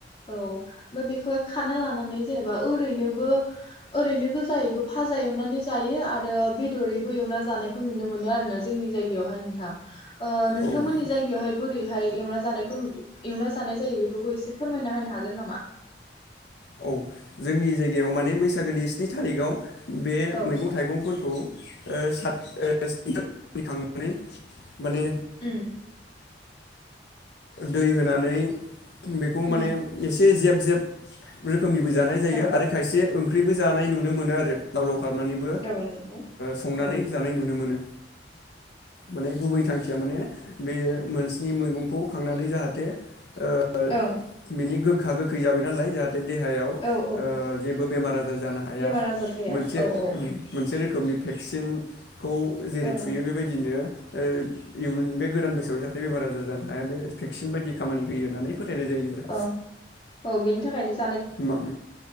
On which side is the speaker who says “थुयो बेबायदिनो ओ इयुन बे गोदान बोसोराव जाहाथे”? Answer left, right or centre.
Left